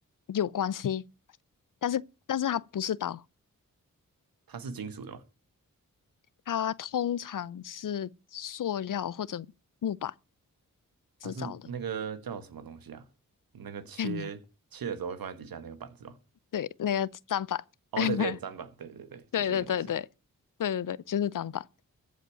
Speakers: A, on the left; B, on the right.
A: 有关系，但是但是它不是刀，
B: 它是金属的吗？
A: 它通常是塑料或者木板制造的。
B: 它是那个叫什么东西啊？那个切切的时候会放在底下那个板子吗？
A: <laughs> 对，那个砧板，
B: 哦，
A: <laughs>
B: 对对，
A: 对
B: 砧板，对对对，就是那个东西，
A: 对对对对对对，就是砧板，